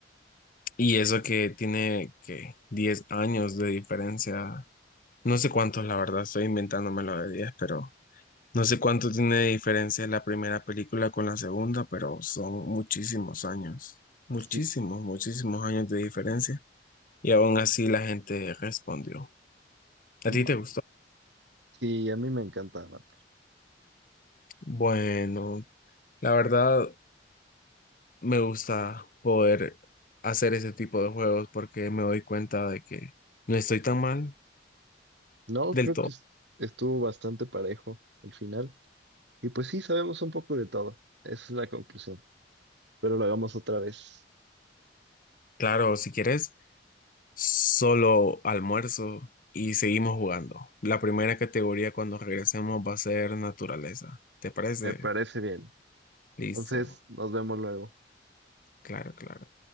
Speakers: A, on the left (about 50°); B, on the right (about 80°).
A: Y eso que tiene que 10 años de diferencia, no sé cuántos, la verdad, estoy inventándomelo de diez pero no sé cuánto tiene de diferencia la primera película con la segunda, pero son muchísimos años, muchísimos,
B: Sí,
A: muchísimos años de diferencia. Y aún así la gente respondió. ¿A
B: wow.
A: ti te gustó?
B: Sí, a mí me encantaba.
A: Bueno, la verdad me gusta poder hacer ese tipo de juegos porque me doy cuenta de que no estoy tan mal
B: No,
A: del
B: creo
A: todo.
B: que es- estuvo bastante parejo al final. Y pues sí, sabemos un poco de todo. Esa es la conclusión. Pero lo hagamos otra vez.
A: Claro, si quieres, solo almuerzo y seguimos jugando. La primera categoría cuando regresemos va a ser naturaleza. ¿Te parece?
B: Me parece bien.
A: Listo.
B: Entonces, nos vemos luego.
A: Claro, claro.